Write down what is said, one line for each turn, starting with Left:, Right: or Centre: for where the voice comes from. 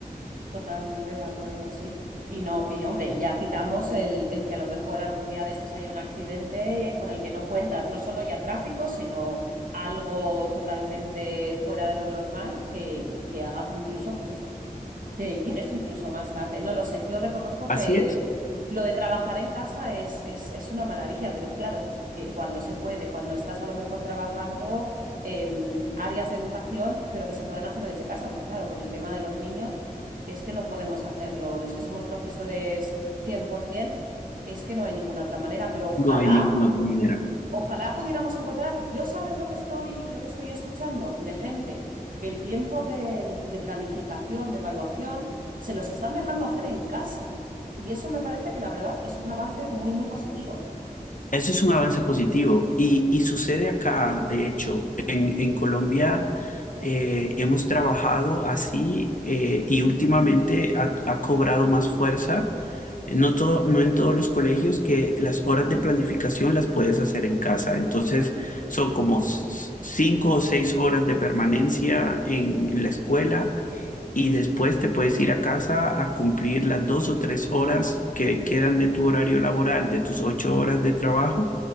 Right: Totalmente de acuerdo, sí. Y no, y hombre, y ya quitamos el, el que a lo mejor algún día de estos haya un accidente con el que no cuentas, no solo ya tráfico, sino algo totalmente fuera de lo normal que, que haga que incluso, pues eso. te llegues incluso más tarde. No lo sé, yo reconozco
Left: Así
Right: que
Left: es,
Right: lo de trabajar en casa es, es, es una maravilla, pero claro, eh, cuando se puede, cuando estás a lo mejor trabajando en áreas de educación, pero que se puedan hacer desde casa, pero claro, con el tema de los niños es que no podemos hacerlo. Los que somos profesores 100%, es que no hay ninguna otra manera, pero ojalá
Left: no hay ninguna otra manera.
Right: Ojalá pudiéramos encontrar, yo sabes lo que estoy, lo que estoy escuchando de gente que el tiempo de, de planificación, de evaluación, se los están dejando hacer en casa. Y eso me parece que la verdad es un avance muy, muy positivo.
Left: Eso es un avance positivo y, y sucede acá, de hecho, en, en Colombia eh, hemos trabajado así eh, y últimamente ha, ha cobrado más fuerza. No, todo- no en todos los colegios que las horas de planificación las puedes hacer en casa. Entonces son como s- cinco o seis horas de permanencia en la escuela y después te puedes ir a casa a cumplir las dos o tres horas que quedan de tu horario laboral, de tus ocho horas de trabajo,